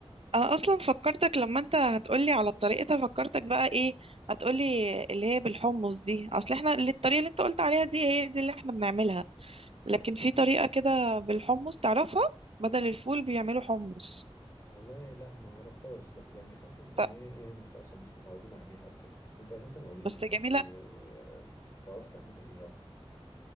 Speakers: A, on the right; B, on the left.
A: انا اصلا فكرتك لما انت هتقولي على طريقتها فكرتك بقى ايه هتقولي اللي هي بالحمص دي اصل احنا الطريقه اللي انت قلت عليها دي هي دي اللي احنا بنعملها لكن في
B: م.
A: طريقة كده بالحمص تعرفها بدل الفول بيعملوا حمص
B: والله لا ما أعرفهاش بس يعني حاسس إن
A: ط-
B: هي إيه مش عشان مش متعودين عليها وكده أنت أساسا قولي
A: بس
B: لي أنت
A: جميلة
B: إيه- بتعرفي تعملي إيه أصلا